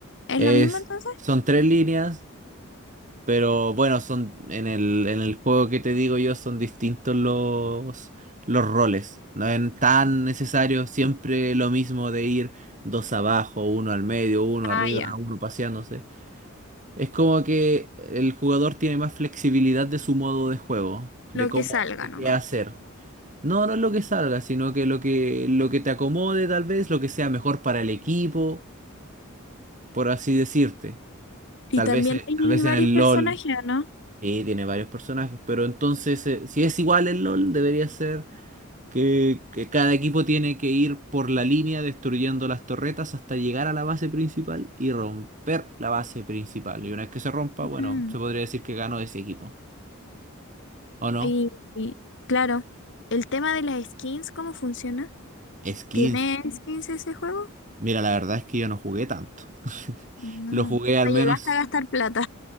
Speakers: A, on the left; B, on the right.
A: ¿Es
B: Es,
A: lo mismo entonces?
B: son tres líneas, pero bueno, son en el, en el juego que te digo yo son distintos los, los roles. No es tan necesario siempre lo mismo de ir dos abajo, uno al medio, uno arriba,
A: Ah, ya.
B: uno paseándose. Es como que el jugador tiene más flexibilidad de su modo de juego, de
A: Lo
B: cómo,
A: que salga
B: de
A: nomás.
B: qué hacer. No, no es lo que salga, sino que lo que, lo que te acomode tal vez, lo que sea mejor para el equipo, por así decirte.
A: Y
B: Tal
A: también
B: vez, eh,
A: hay
B: tal vez
A: varios
B: en el
A: personajes,
B: LOL,
A: ¿o ¿no?
B: y tiene varios personajes, pero entonces, eh, si es igual el LOL, debería ser que, que cada equipo tiene que ir por la línea destruyendo las torretas hasta llegar a la base principal y romper la base principal. Y una vez que se rompa, bueno,
A: Mm.
B: se podría decir que ganó ese equipo. ¿O no?
A: Y, y, claro, el tema de las skins, ¿cómo funciona?
B: Es 15.
A: ¿Tiene skins ese juego?
B: Mira, la verdad es que yo no jugué tanto. <laughs>
A: Mm,
B: Lo jugué al
A: No
B: menos.
A: llegaste a gastar plata.